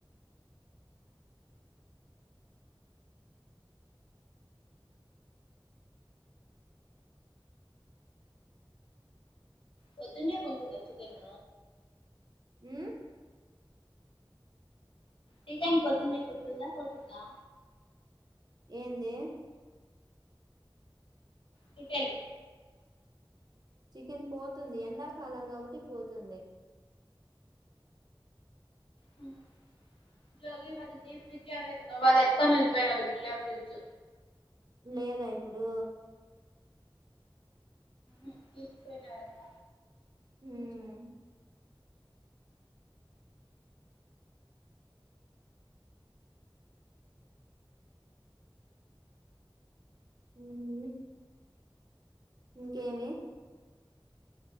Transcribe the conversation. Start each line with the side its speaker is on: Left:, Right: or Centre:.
Left: పొద్దున్నే కొంటంద చికెన్
Right: హ్
Left: రీటన్ పొద్దుందకు ఉంటూదా పోతుందా
Right: ఏంది
Left: రీటాన్
Right: చికెన్ పోతుంది. ఎండాకాలం కాబట్టి పోతుంది.
Left: హ్ ఇంట్లోది వాళ్ళ డీప్ ఫ్రిడ్జ్ ఎవరో ఎత్తుకు వాళ్ళు ఎత్తూకొని వెళ్ళిపోయినారు. డొ క్కులో ఫ్రిడ్జ్
Right: లేదా ఇప్పుడు
Left: ఉహ్ తీసుపోయినారంట
Right: ఉమ్ హ్ హు ఇంకేమి